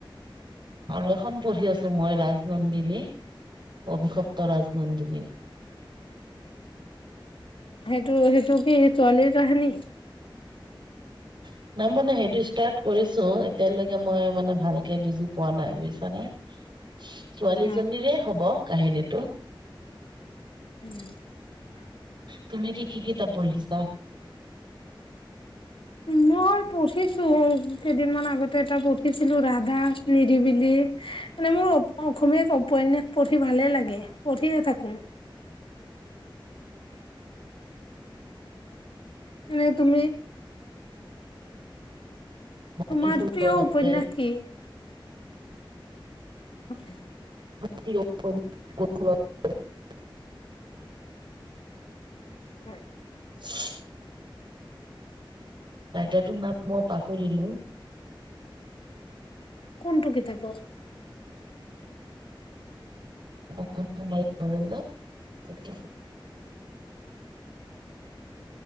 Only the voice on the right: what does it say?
আৰু এখন পঢ়ি আছো মই ৰাজনন্দিনী অভিসপ্ত ৰাজনন্দিনী
<inaudible> নাই মানে সেইটো ষ্টাৰ্ট কৰিছো এতিয়ালৈকে মই মানে ভালকে বুজি পোৱা নাই, বুজিছানে? ছোৱালীজনীৰে
হব কাহিনীটো।
তুমি কি কি কিতাপ পঢ়িছা?
সপোন
ফুলৰ
দৰে
<unintelligible>
<inaudible> ৰাইতাৰটোৰ নাম মই পাহৰিলো
<unintelligible>